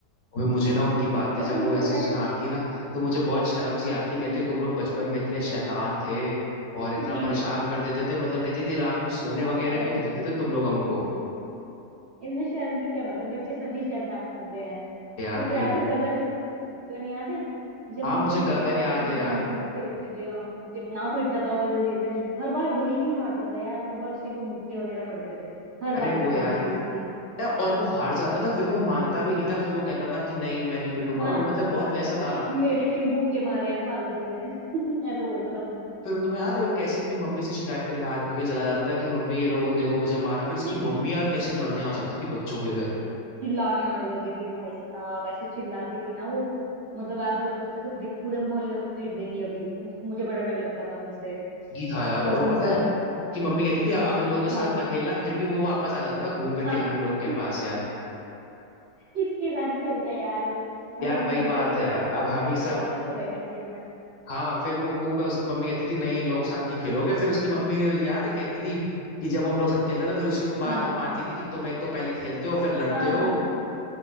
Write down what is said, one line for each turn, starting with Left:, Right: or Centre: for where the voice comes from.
Left: वो मुझे ना उनकी बातें
Right: तुमने
Left: जब वो
Right: बोला
Left: ऐसे सुनाती
Right: नहीं
Left: है ना तो मुझे बहुत शर्म सी आती कहती
Right: हम्म।
Left: तुम लोग बचपन में इतने शैतान थे और इतना
Right: <laughs>
Left: परेशान कर देते थे मतलब कहती थी रात में सोने वगैरह
Right: अरे
Left: भी
Right: यार
Left: नहीं देते थे तुम लोग हमको
Right: इसमें शर्म की क्या बात है बच्चे सभी शैतान होते हैं तेरे
Left: यार
Right: को
Left: फिर
Right: याद
Left: भी
Right: है गगन गगन याद है जब
Left: हाँ
Right: हम
Left: मुझे
Right: लोग
Left: गगन
Right: एक बार
Left: याद
Right: मतलब
Left: है यार
Right: जंजीर खेलते थे हम कितना पिटता था वो जंजीर में हर बार वही क्यों हारता था यार हर बार उसी को मुक्के वगैरह पड़ते थे हर
Left: अरे
Right: बार
Left: वो
Right: की बात
Left: यार
Right: थी उसकी
Left: और वो हार जाता था फिर वो मानता भी नहीं था फिर वो कहता था कि नहीं मैं नहीं पिटूंगा
Right: हाँ
Left: वो मतलब बहुत वैसा था
Right: मेरे क्यों मुक्के मारे हैं फालतू में <laughs> ऐसे बोलता था वो।
Left: फिर तुम्हें याद है वो कैसे अपनी मम्मी से शिकायत करने भाग के चला जाता था कि मम्मी ये लोग उन देखो मुझे मारा फिर उसकी
Right: <laughs>
Left: मम्मी यार कैसे लड़ने आ जाती थी बच्चों के लिए
Right: चिल्लाने आ जाती थी भाई साहब ऐसे चिल्लाती थी ना वो मतलब ऐसा लगता था कि भाई पूरे मोहल्ले को पीट देंगी अभी उन, मुझे बड़ा डर लगता था उनसे
Left: ये था यार और
Right: कसम
Left: पता
Right: से
Left: है
Right: यार
Left: कि मम्मी कहती थी अब इन लोगों के साथ
Right: हाँ
Left: ना खेलना फिर भी वो वापस आ जाता था घूम फिर
Right: हाँ
Left: के हम ही लोगों के
Right: <laughs>
Left: पास यार
Right: किसके साथ खेलता है यार और मतलब
Left: यार
Right: हम
Left: वही
Right: सब बच्चे
Left: बात है यार
Right: एक साथ खेलते
Left: अब हम
Right: हैं
Left: ही
Right: तो
Left: सब
Right: वो अलग थोड़ा ही ना खेलता है
Left: हाँ फिर वो खूब है उसकी मम्मी कहती थी नहीं इन लोग साथ नहीं खेलोगे फिर उसकी मम्मी ने याद है कहती थी कि जब वो हम लोग साथ खेलता था फिर उसी को बाद
Right: हाँ
Left: में मारती थी कि तुम एक तो पहले खेलते हो फिर लड़ते
Right: हाँ
Left: हो
Right: हाँ